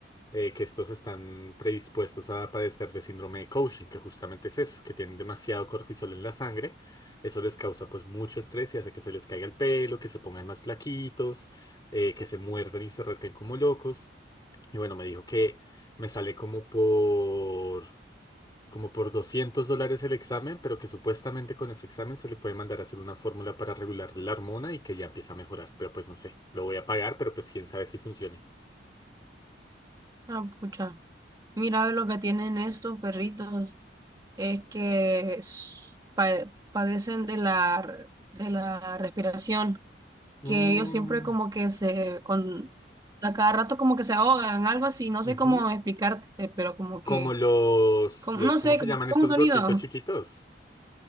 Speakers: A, on the left; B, on the right.
A: eh, que estos están predispuestos a padecer de síndrome de Cushing, que justamente es eso, que tienen demasiado cortisol en la sangre. Eso les causa pues mucho estrés y hace que se les caiga el pelo, que se pongan más flaquitos, eh, que se muerdan y se rasquen como locos. Y bueno, me dijo que me sale como por, como por 200 dólares el examen, pero que supuestamente con ese examen se le puede mandar a hacer una fórmula para regular la hormona y que ya empieza a mejorar. Pero pues no sé, lo voy a pagar, pero pues quién sabe si funcione.
B: Ah, pucha. Mira, lo que tienen estos perritos es que s- pa- padecen de la, de la respiración,
A: Mm,
B: que ellos siempre como que se, con, a cada rato como que se ahogan, algo así, no
A: ujú.
B: sé cómo explicarte, pero como
A: Como
B: que,
A: los,
B: como-
A: los,
B: no
A: ¿cómo
B: sé,
A: se
B: como
A: llaman
B: que son
A: estos
B: un sonido.
A: gorditos chiquitos?